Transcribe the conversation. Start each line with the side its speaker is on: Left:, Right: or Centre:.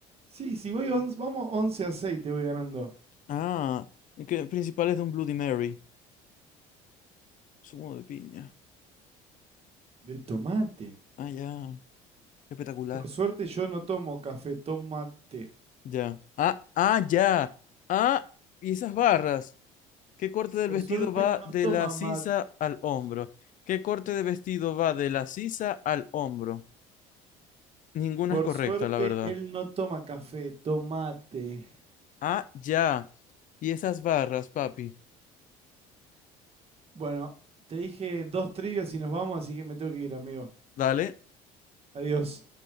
Right: Sí, si voy once- vamos 11 a 6, te voy ganando.
Left: Ah, que principal es de un Bloody Mary. Zumo de piña.
Right: De tomate.
Left: Ah, ya. Espectacular.
Right: Por suerte yo no tomo café, toma té.
Left: Ya. Ah, ah, ya. Ah, y esas barras. ¿Qué corte del
Right: Por
Left: vestido
Right: suerte
Left: va
Right: él no
Left: de
Right: toma
Left: la sisa
Right: mate.
Left: al hombro? ¿Qué corte de vestido va de la sisa al hombro? Ninguna
Right: Por
Left: es correcta,
Right: suerte
Left: la verdad.
Right: él no toma café, tomate.
Left: Ah, ya. Y esas barras, papi.
Right: Bueno, te dije dos trivias y nos vamos, así que me tengo que ir, amigo.
Left: Dale,
Right: Adiós.